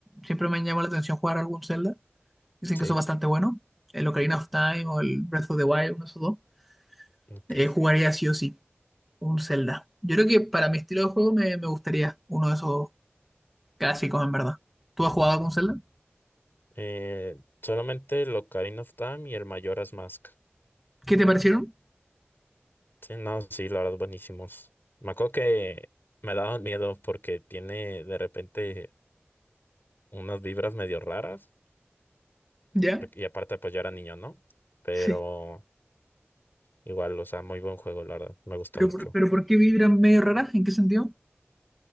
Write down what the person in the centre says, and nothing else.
siempre me llama la atención jugar algún Zelda. Dicen
que son bastante buenos, El Ocarina of Time o el Breath of the Wild, uno de esos dos.
Eh, jugaría sí o sí un Zelda. Yo creo que para mi estilo de juego me, me gustaría uno de esos clásicos, en verdad. ¿Tú has jugado algún Zelda?
¿Qué te parecieron?
¿Ya?
Sí.
¿Pero
por, pero por qué vibran medio raras? ¿En qué sentido?